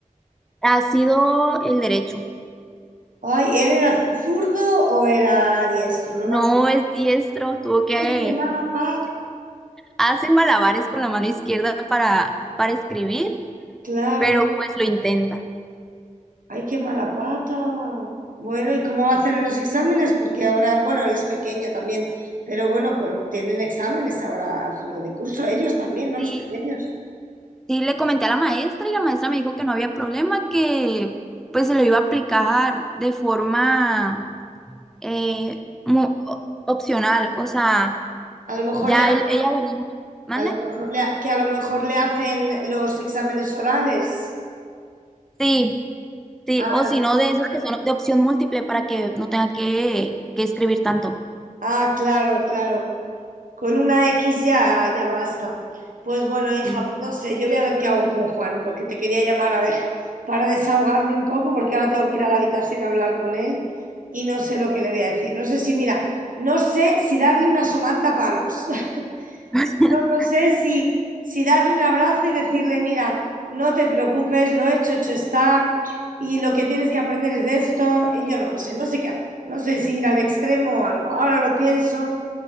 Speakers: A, in the centre; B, on the right.
A: ha sido el derecho.
B: Ay, ¿él era zurdo o era diestro? No
A: No
B: me acuerdo.
A: es diestro, tuvo que
B: Ay, qué mala pata.
A: hace malabares con la mano izquierda para, para escribir,
B: Claro.
A: pero pues lo intenta.
B: Ay, qué mala pata. Bueno, ¿y cómo va a hacer en los exámenes? Porque ahora, bueno, él es pequeño también, pero bueno, co- tienen exámenes ahora a final de curso, ellos también, ¿no? Los
A: Sí,
B: pequeños.
A: sí, le comenté a la maestra y la maestra me dijo que no había problema, que pues se lo iba a aplicar de forma eh, mu- o- opcional, o sea,
B: A lo mejor
A: ya
B: le, ha-
A: él- ella vería. ¿Mande?
B: a lo mejor le ha- que a lo mejor le hacen los exámenes orales.
A: Sí, sí,
B: Ah,
A: o si no, de esos que son de opción múltiple para que no tenga que, que escribir tanto.
B: ah, claro, claro. Con una X ya, ya basta. Pues bueno, hija,
A: Sí.
B: pues no sé, yo voy a ver qué hago con Juan, porque te quería llamar a ver, para desahogarme un poco, porque ahora tengo que ir a la habitación a hablar con él y no sé lo que le voy a decir. No sé si, mira, no sé si darle una somanta a palos, <laughs>
A: <laughs>
B: no no sé si, si darle un abrazo y decirle, mira, no te preocupes, lo hecho, hecho está, y lo que tienes que aprender es de esto, y yo no lo sé, no sé qué hacer, no sé si ir al extremo o algo. Ahora lo pienso